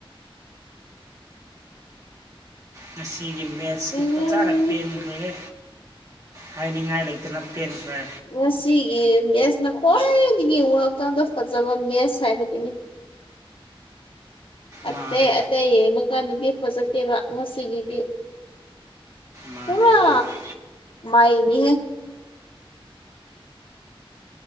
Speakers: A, on the right; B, on the left.
A: ꯉꯁꯤꯒꯤ ꯃꯦꯠꯁꯇꯨ
B: ꯎꯝ
A: ꯐꯖꯅ ꯄꯦꯟꯈ꯭ꯔꯦ ꯍꯥꯏꯅꯤꯡꯉꯥꯏ ꯂꯩꯇꯅ ꯇꯦꯟꯈ꯭ꯔꯦ
B: ꯉꯁꯤꯒꯤ ꯃꯦꯁꯅ ꯈ꯭ꯋꯥꯏꯗꯒꯤ ꯋꯥꯔꯥꯛꯇꯥꯛꯗ ꯐꯖꯕ ꯃꯦꯁ ꯍꯥꯏꯕꯗꯨꯅꯤ ꯑꯇꯩ
A: ꯃꯥꯅꯦ
B: ꯑꯇꯩ ꯌꯦꯡꯕ ꯀꯥꯟꯗꯗꯤ ꯐꯖꯗꯦꯕ ꯉꯁꯤꯒꯤꯗꯤ
A: ꯃꯥꯅꯦ
B: ꯄꯨꯨꯡꯔ
A: ꯃꯥꯅꯦ
B: ꯃꯥꯏꯅꯤ